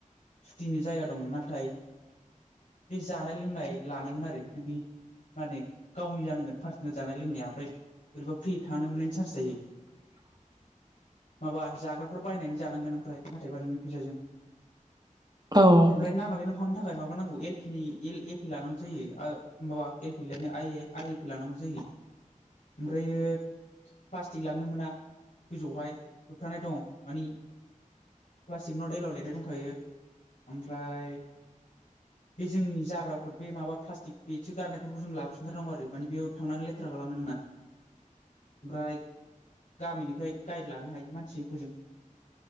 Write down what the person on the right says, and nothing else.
<inaudible>
औ
<inaudible>